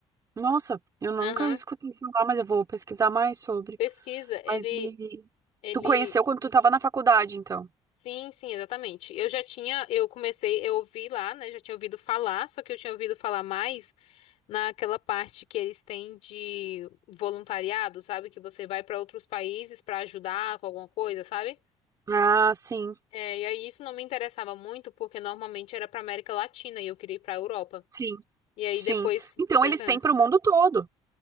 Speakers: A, on the right (about 30°); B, on the left (about 75°).
A: Nossa, eu nunca
B: Aham.
A: escutei falar, mas eu vou pesquisar mais sobre.
B: Pesquisa, ele.
A: Mas e
B: Ele
A: tu conheceu quando tu estava na faculdade, então?
B: Sim, sim, exatamente. Eu já tinha, eu comecei, eu ouvi lá, né? Já tinha ouvido falar, só que eu tinha ouvido falar mais naquela parte que eles têm de voluntariado, sabe? Que você vai para outros países para ajudar com alguma coisa, sabe?
A: Ah, sim,
B: É, e aí isso não me interessava muito, porque normalmente era para América Latina e eu queria ir para Europa.
A: sim,
B: E aí
A: sim.
B: depois,
A: Então
B: pois
A: eles
B: é.
A: têm para o mundo todo.